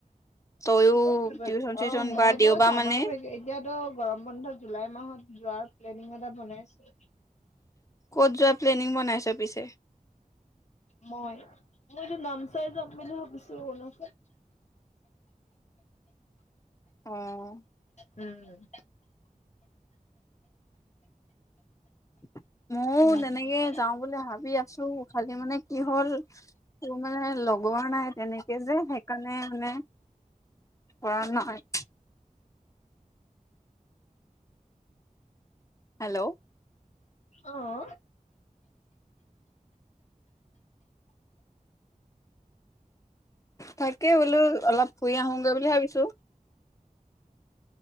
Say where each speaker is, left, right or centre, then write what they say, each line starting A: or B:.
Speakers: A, on the left; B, on the left.
A: তইয়ো
B: ক'ত ফুৰিব
A: টিউচন, চিউচন
B: অ মইতো
A: কৰা দেওঁবাৰ
B: চামাৰ
A: মানে
B: ব্ৰেক এতিয়াতো গৰম বন্ধ জুলাই মাহত যোৱাৰ প্লেনিং এটা বনাইছোঁ।
A: ক'ত যোৱা প্লেনিং বনাইছ পিছে?
B: মই, মই এইটো নামচাই যাম বুলি ভাবিছোঁ অৰুণাচল।
A: অ'।
B: উম।
A: <inaudible> ময়ো
B: উম
A: তেনেকে যাওঁ বুলি ভাবি আছোঁ, খালি মানে কি হ'ল তোৰ মানে লগোৱা নাই তেনেকে যে সেইকাৰণে মানে কৰা নহয়। হেল্ল'।
B: অহ।
A: তাকেই বোলো অলপ ফুৰি আহোগৈ বুলি ভাবিছোঁ।